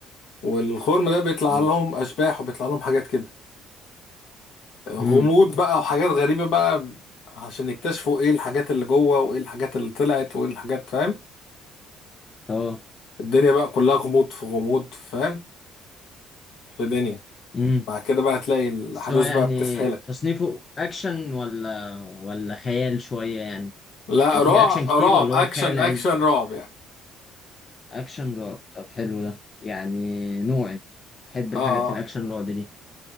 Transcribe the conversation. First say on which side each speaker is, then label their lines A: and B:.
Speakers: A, on the left (about 70°); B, on the left (about 40°).
A: والخرم ده بيطلع
B: نيل
A: لهم اشباح وبيطلع لهم حاجات كده غموض
B: امم
A: بقى وحاجات غريبة بقى عشان يكتشفوا ايه الحاجات اللي جوه وايه الحاجات اللي طلعت وايه الحاجات فاهم
B: اه
A: الدنيا بقى كلها غموض في غموض فاهم في دنيا
B: امم
A: بعد كده بقى هتلاقي الاحداث
B: بس هو يعني
A: بقى بتسحلك
B: تصنيفه اكشن ولا ولا خيال شويه يعني
A: لا
B: يعني
A: رعب
B: في اكشن كتير
A: رعب
B: ولا
A: اكشن
B: هو خيال
A: اكشن
B: علمي؟
A: رعب يعني
B: اكشن رعب طب حلو ده يعني نوعي بحب الحاجات
A: اه اه
B: الاكشن رعب دي